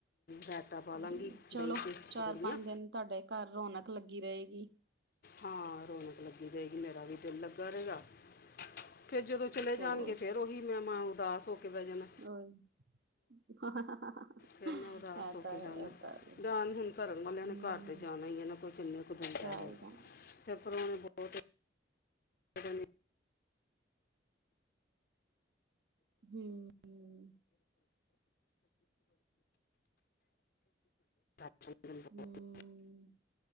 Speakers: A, on the left (about 50°); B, on the right (about 65°).
A: ਰਾਇਤਾ ਪਾ ਲਾਂਗੀ
B: ਹੂੰ, ਚਲੋ
A: ਦਹੀਂ ਤੇ
B: ਚਾਰ
A: ਪਕੌੜੀਆਂ
B: ਪੰਜ ਦਿਨ ਤੁਹਾਡੇ ਘਰ ਰੌਨਾਕ ਲੱਗੀ ਰਹੇਗੀ
A: ਹਾਂ ਰੌਣਕ ਲੱਗੀ ਰਹੇਗੀ ਮੇਰਾ ਵੀ ਦਿਲ ਲੱਗਾ ਰਹੇਗਾ ਫੇਰ ਜਦੋਂ ਚਲੇ
B: ਹੋਰ
A: ਜਾਣਗੇ ਫੇਰ ਉਹੀ ਮੈਂ ਮਾਂ ਉਦਾਸ ਹੋ
B: <unintelligible>
A: ਕੇ ਬਹਿ ਜਾਣਾ ਫੇਰ ਮੈਂ ਉਦਾਸ ਹੋ
B: ਹੈ
A: ਜਾਣਾ
B: ਇਹ ਤਾਂ ਹੈ
A: ਹੁਣ ਕਰਨ ਵਾਲਿਆਂ
B: ਹਮ
A: ਨੇ ਘਰ ਤੇ ਜਾਣਾ ਇਹ ਨਾ ਕੋਈ ਕਿੰਨੇ ਕੁ ਦੂਰ
B: <inaudible>
A: ਪੇਪਰਵਾਣੇ ਬਹੁਤ <inaudible>
B: ਹੂੰ -ਹੂੰ।
A: <inaudible>
B: ਹਮ